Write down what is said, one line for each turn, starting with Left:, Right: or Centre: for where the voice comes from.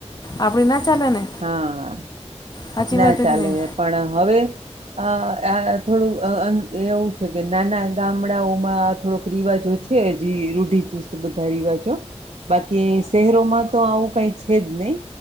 Left: આપડી ના ચાલે ને.
Right: હા
Left: સાચી
Right: ના
Left: વાત હે
Right: ચાલે
Left: કે નહીં
Right: પણ હવે આ આ થોડુંક અ અન એવું છે કે નાના ગામડાઓમાં થોડોક રિવાજો છે. છે હજી રૂઢીચુસ્ત વધા રિવાજો. બાકી શહેરોમાં તો આવું કઈ છે જ નહી